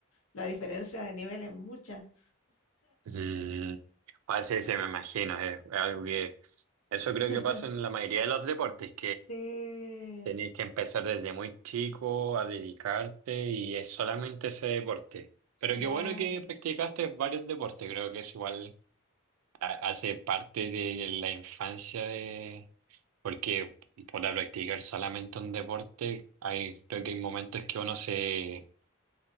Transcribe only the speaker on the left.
la diferencia de nivel es mucha.
<laughs>
Sí,
claro.